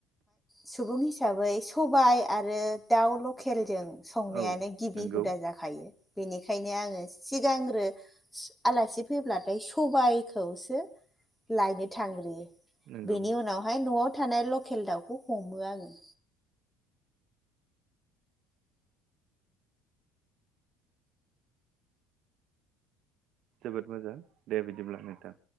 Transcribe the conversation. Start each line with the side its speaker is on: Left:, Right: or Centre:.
Centre: सुबुं हिसाबै सबाय आरो। दाउ लकेलजों संनायानो
Right: औ
Centre: गिबि
Right: नंगौ
Centre: हुदा जाखायो। बेनिखायनो आङो सिगांग्रो आलासि फैब्लाथाय सबायखौसो लायनो थांग्रोयो।
Right: नंगौ
Centre: बेनि उनावहाय न'आव थानाय लकेल दाउखौ हमो आङो।
Right: जोबोद मोजां दे बिदिब्ला नोंथां।